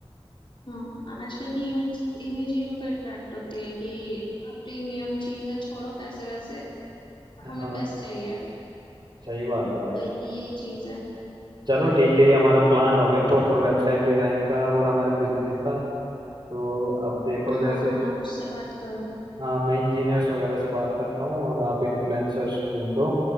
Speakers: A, on the left; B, on the right.
A: हाँ आजकल की यूथ इन्हीं चीजों पे अट्रैक्ट होती है कि प्रीमियम चीज है छोड़ो पैसे वैसे हमें
B: हाँ
A: बेस्ट चाहिए
B: सही बात है यार
A: तो यही चीज है
B: चलो ठीक है ये हमारा प्लान हो गया प्रॉपर वेबसाइट डिजाइन का और हमारे बिजनेस का तो अब देखो
A: हाँ
B: जैसे
A: आप उससे बात करो
B: हाँ मैं इंजीनियर्स वगैरह से बात करता हूँ और आप इन्फ्लुएंसर्स ढूंढो